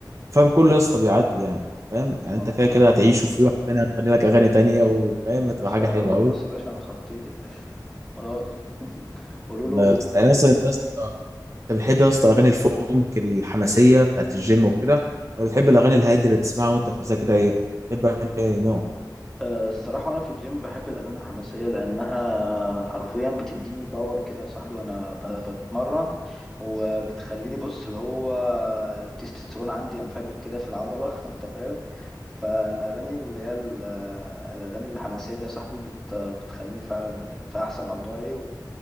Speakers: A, on the right; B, in the centre.
A: وفاهم كله يا اسطى بيعدي يعني فاهم يعني انت
B: اه
A: كده
B: كده
A: كده هتعيش وفي واحد تاني هتغني لك اغاني تانية وفاهم
B: يا
A: هتبقى
B: باشا
A: حاجه حلوه
B: خلاص
A: قوي
B: يا باشا انا اتخطيت يا باشا خلاص <laughs> قولوا
A: لا
B: له
A: يا اسطى. يعني مثلا انت يا اسطى انت بتحب يا اسطى اغاني الفونك الحماسيه بتاعت الجيم وكده ولا بتحب الاغاني الهاديه اللي تسمعها وانت في مزاج رايق بتحب اغاني نوع
B: أه، الصراحة أنا في الجيم بحب الأغاني الحماسية لأنها حرفيا بتديني باور كده يا صاحبي وأنا ب- بتمرن هو بتخليني بص اللي هو التستوستيرون عندي ينفجر كده في العضلة <laughs> أنت فاهم فالأغاني اللي هي ال- الأغاني الحماسية دي يا صاحبي بت بتخليني فعلا في أحسن أوضاعي